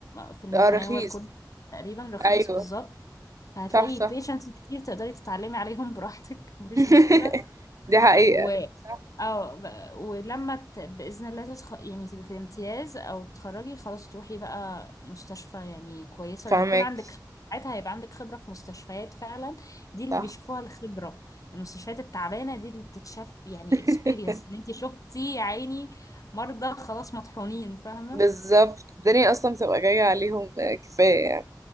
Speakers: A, on the left; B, on the right.
A: في المتناول
B: اه رخيص
A: كله تقريبا رخيص
B: أيوه
A: بالظبط فهتلاقي
B: صح صح
A: بيشنتس كتير تقدري تتعلمي عليهم براحتك <laughs> مفيش
B: <laughs>
A: مشكلة
B: دي حقيقة
A: و
B: صح
A: اه ب- ولما ت... بإذن الله تتخ... يعني تبقي في الامتياز او تتخرجي خلاص تروحي بقى مستشفى يعني كويسة
B: فاهمك
A: ويكون عندك ساعتها هيبقى عندك خبرة في مستشفيات فعلا دي اللي
B: صح
A: بيشوفوها الخبرة المستشفيات التعبانة دي اللي بتتشاف يعني
B: <laughs>
A: اكسبيرينس ان انت شفتي يا عيني مرضى خلاص مطحونين فاهمة
B: بالظبط الدنيا اصلا بتبقى جاية عليهم آه، كفاية يعني